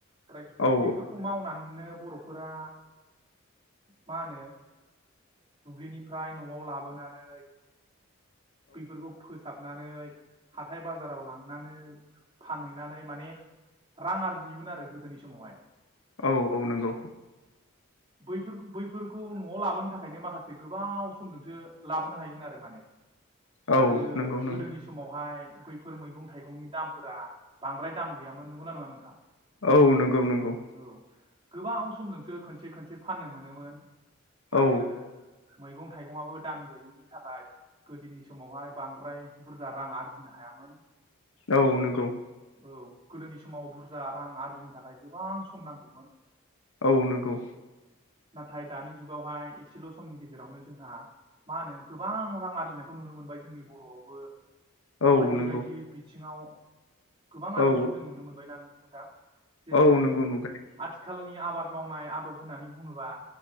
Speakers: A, on the right; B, on the left.
A: प्राय
B: औ
A: बेफोरखौ मावनानैनो बर'फोरा मा होनो दुब्लिनिफ्राय न'आव लाबोनानै बिफोरखौ फोसाबनानै हाथाय बाज जाराव लांनानै फानहैनानै माने रां आरजियोमोन आरो गोदोनि समावहाय।
B: औ औ नंगौ।
A: बैफोरखो बैफोरखौ न'आव लाबोनो थाखायनो माखासे गोबाव समजोंसो लाबोनो हायोमोन आरो माने।
B: औ
A: आरो
B: नंगौ नंगौ
A: गोदोनि समावहाय <inaudible> फोर मैगं थाइगंनि दामफोरा बांद्राय दाम गैयामोन नंगौना नङा नोंथां?
B: औ नोंगौ नोंगौ।
A: औ गोबाव समजोंसो खनसे खनसे फाननो मोनोमोन। आरो
B: औ
A: मैगं थाइगंआबो दाम गैयैनि थाखाय गोदोनि समावहाय बांद्राय बुरजा रां आरजिनो हाया मोन।
B: औ नोंगौ।
A: औ गोदोनि समाव बुरजा रां आरजिनो थाखाय गोबां सम नांगौमोन।
B: औ नोंगौ।
A: नाथाय दानि जुगावहाय एसेल' समनि गेजेरावनो जोंहा मा होनो गोबां रां आरजिनायखौ नुनो मोनबाय जोंनि बर'आवबो।
B: औ
A: बायदि
B: नंगौ
A: बायदि बिथिङाव गोबां आरजिनायखौ
B: औ
A: जों नुनो मोनबायना नों नोंथां। जेरै
B: औ
A: आथिखाल
B: नंगौ नुबाय
A: आथिखालनि आबाद मावनाय आदब होननानै बुङोबा